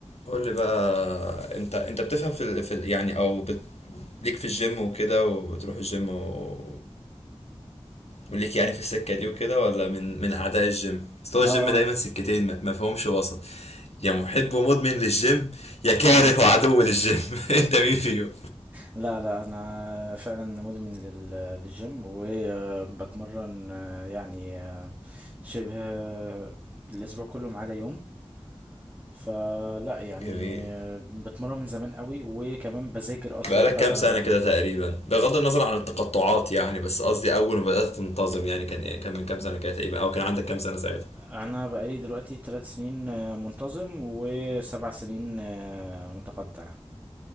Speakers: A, on the left; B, on the right.
A: قول لي بقى انت انت بتفهم في ال... في ال... يعني او بت... ليك في الجيم وكده وبتروح الجيم و... وليك يعني في السكة دي وكده ولا من من أعداء الجيم؟ أصل هو
B: اه
A: الجيم دايما
B: الفيلم
A: سكتين ما ما فيهمش وسط يا محب ومدمن للجيم يا كاره
B: آه. ده أيوة.
A: وعدو للجيم <laughs> انت مين فيهم؟
B: لا لا انا فعلا مدمن لل- للجيم وبتمرن آه، يعني آه، شبه آه، الاسبوع كله ما عدا يوم فلا يعني
A: جميل
B: آه، بتمرن من زمان قوي وكمان بذاكر اصلا
A: بقالك
B: بقى
A: كام سنة كده تقريبا بغض النظر عن التقطعات يعني بس قصدي أول ما بدأت تنتظم يعني كان إيه كان من كام سنة كده تقريبا أو كان عندك كام سنة ساعتها؟
B: انا بقالي دلوقتي ثلاث سنين آه، منتظم وسبع سنين آه، متقطع